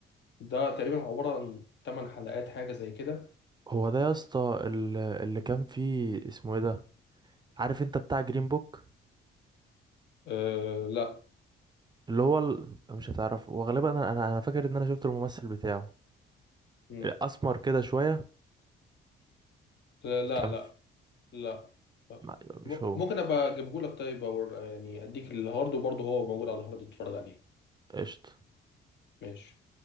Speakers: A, on the left (about 60°); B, on the right (about 20°).
A: ده تقريبا عبارة عن ثمان حلقات حاجة زي كده
B: هو ده يا اسطى ال- اللي كان فيه اسمه ايه ده عارف انت بتاع جرين بوك
A: أه لا.
B: اللي هو ال... مش هتعرفه وغالبا انا انا أنا فاكر ان انا شفت الممثل بتاعه
A: مم.
B: اسمر كده شويه
A: لا لا
B: كان
A: لا
B: في...
A: لا لا
B: لا يبقى مش
A: م-
B: هو
A: ممكن أبقى أجيبهولك طيب أو يعني أديك الهارد وبرضه هو موجود على الهارد تتفرج عليه
B: قشطه
A: ماشي